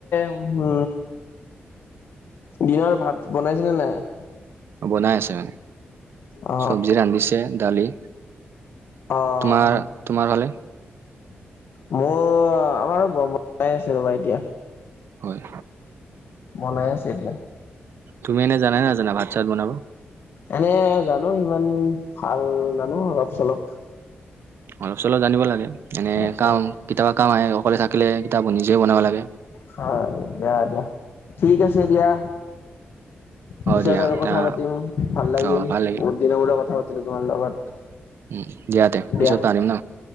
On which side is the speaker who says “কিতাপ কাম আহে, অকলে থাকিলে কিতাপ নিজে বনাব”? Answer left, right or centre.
Right